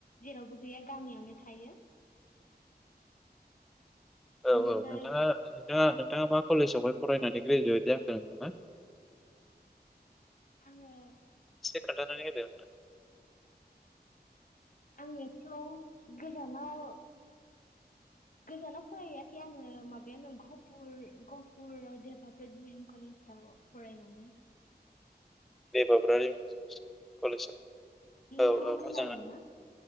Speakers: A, on the left; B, in the centre.
A: जेरावबो गैया गामियावनो थायो। बिनिफ्राय
B: औ औ नोंथाङा नोंथाङा नोंथाङा मा कलेजावहाय फरायनानै ग्रेजुवेट जाखो नोंथाङा
A: आङो
B: एसे खोन्थानानै होदो।
A: आङोथ' गोजानाव गोजानाव फरायहैयाखै आङो माबायावनो घहपुर गहपुर देभाब्रेद <unintelligible> कलेजाव फरायनानै
B: बे <unintelligible> कलेजाव।
A: नोंथाङा
B: औ औ मोजाङानो
A: खोनादोंना?